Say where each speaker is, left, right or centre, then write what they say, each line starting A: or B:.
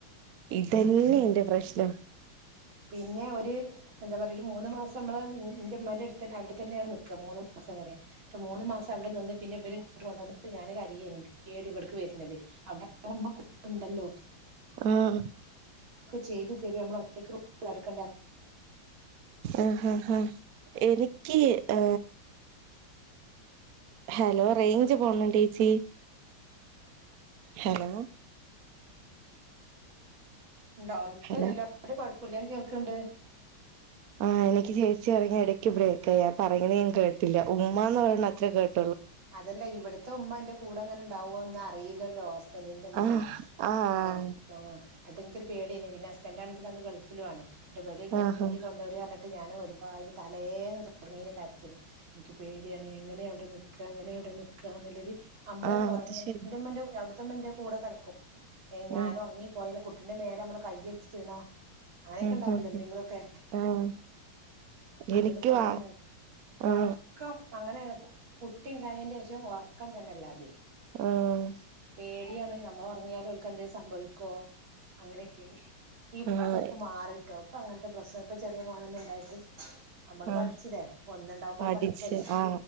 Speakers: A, on the right (about 60°); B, on the right (about 80°).
A: ഇതെന്നെ എന്റെ പ്രശ്നം.
B: പിന്നെ ഒരു എന്താ പറയ ഒരു മൂന്ന് മാസം നമ്മള് എന്റെ ഉമ്മാന്റെ അടുത്ത് തന്നെ അവിടെത്തന്നെയാണ് നിക്കുക മൂന്ന് മാ മാസം വരെ ട്ട് മൂന്ന് മാസം അവിടെ നിന്ന് പിന്നെ ഇവര് കൊണ്ടു വന്ന്ട്ട് ഞാന് കരയെയ്ന്. ഏടി ഇവട്ക്ക് വേർന്നത് അവിടെമ്മ കൂടെ <unintelligible> ഇണ്ടല്ലോ? <unintelligible>
A: ആഹ്
B: ചെയ്ത് തെരും നമ്മൾ ഒറ്റക്ക് നടക്കണ്ടേ
A: ആഹ് ഹാ ഹാ എനിക്കി ആ ഹലോ റേയ്ഞ്ച് പോവ്ണ്ടോച്ചി? ഹലോ.
B: ണ്ടോ
A: ഹലോ
B: <unintelligible> ഒരു കുഴപ്പോല്ല കേൾക്ക്ണ്ട്.
A: ആ എനിക്ക് ചേച്ചി പറഞ്ഞ ഇടയ്ക്ക് ബ്രേക്ക് ആയി ഞാൻ പറഞ്ഞത് ഞാൻ കേട്ടില്ല ഉമ്മാന്ന് <unintelligible> അത്ര കേട്ട
B: അതെല്ല ഇവുട്ത്തെ ഉമ്മ ഇന്റെ കൂടെ ഇങ്ങനെ ഉണ്ടാവോന്ന് അറിയില്ലല്ലോ ഹസ് <unintelligible> മ്മാ
A: ആഹ് ആഹ്
B: ആ ആ <unintelligible> പേടി അയ്നിം പിന്നെ ഹസ്ബന്റാണെങ്കിൽ അന്ന് ഗൾഫിലും ആണ് ന്നട്ട് ഇവര് ഇങ്ങട്ട്
A: ആഹ്
B: കൊണ്ടുവെരാന്ന് ട്ട് ഞാനും ഒരുപാട് <unintelligible> തലേന്ന് തുടങ്ങീനിം കരച്ചില് ഇൻക്ക് പേടിയാണ് എങ്ങനെയ അവിടെ നിൽ എങ്ങനെ അവിടെ നിക്കാന്നുള്ളരു നമ്മള്
A: ആഹ്
B: ഉറങ്ങ്യാ
A: അത് ശരി
B: ന്റെമ്മ അവിടുത്തെ മ്മന്റെ കൂടെ കെടക്കും. ഏയ് ഞാൻ
A: ഉം
B: ഉറങ്ങിപ്പോയാല് കുട്ടിന്റെ മേലമ്മള് കയ്യെച്ചിണോ? അങ്ങനെയൊക്കെ
A: ഉം
B: ഇണ്ടാവൂലോ
A: ഉം
B: എന്തെങ്കിലൊക്കെ.
A: ആഹ്
B: അതൊന്നിപ്പോ
A: എനിക്ക്
B: ഇവിടെണ്ട
A: വാ
B: <unintelligible>
A: ആഹ്
B: ഉറക്കം അങ്ങനെ കുട്ടി ഇണ്ടായീന്റെഷം ഉറക്കം തന്നെ അല്ലാതെയി.
A: ആഹ്
B: പേടിയാണ് അമ്മൾ ഉറങ്ങിയാലും ഓൽ ക്കെന്തെങ്കിലും സംഭവിക്കോ അങ്ങനെയൊക്കെണ്. ഇപ്പൊ
A: ആഹ്
B: അതൊക്കെ മാറിട്ടോ ഇപ്പൊ അങ്ങനത്തെ പ്രശ്നം ഇപ്പ ചെറിയ മോനൊന്നും ഉണ്ടായിട്ട്. നമ്മള്
A: ആ
B: പഠിച്ചില്ലേ ഒന്നുണ്ടാവുമ്പോ
A: പഠിച്ചു
B: പഠിക്കുവല്ലോ
A: ആ